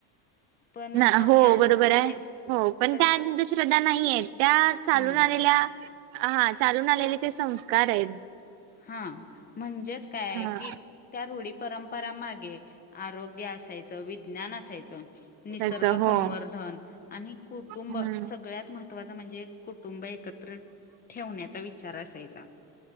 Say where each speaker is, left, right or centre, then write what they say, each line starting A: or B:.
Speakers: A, on the left (about 20°); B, on the right (about 70°).
A: पण
B: ना हो
A: त्या
B: बरोबर आहे.
A: ते
B: हो पण
A: क
B: त्या अंतश्रद्धा नाही आहेत त्या चालून
A: हा
B: आलेल्या हा चालून आलेले ते संस्कार आहेत.
A: हा म्हणजेच काय आहे
B: हा
A: की त्या रूढी परंपरा मागे आरोग्य असायचं, विज्ञान असायचं, निसर्ग
B: त्याच हो
A: संवर्धन आणि कुटुंब
B: हम्म
A: सगळ्यात महत्त्वाचं म्हणजे कुटुंब एकत्र ठेवण्याचा विचार असायचा.